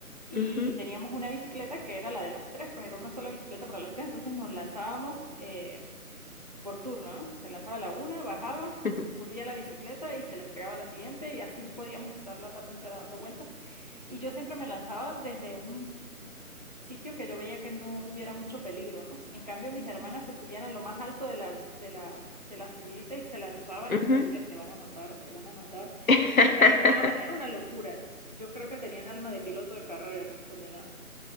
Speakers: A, on the right; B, on the left.
A: Y
B: Ujú,
A: teníamos una bicicleta que era la de las tres, pues era una sola bicicleta para las tres. Entonces nos lanzábamos, eh, por turno, ¿no? Se lanzaba la una, bajaba,
B: <laughs>
A: subía la bicicleta y se la entregaba a la siguiente y así podíamos estar la tarde entera dando vueltas. Y yo siempre me lanzaba desde un sitio que yo veía que no hubiera mucho peligro, ¿no? En cambio, mis hermanas se subían a lo más alto de la, de la, de la subidita y se lanzaban
B: ujú.
A: y yo decía, se van a matar, se van a matar
B: <laughs>
A: y frenaban. Era una locura. Yo creo que tenían alma de piloto de carrera las condenadas.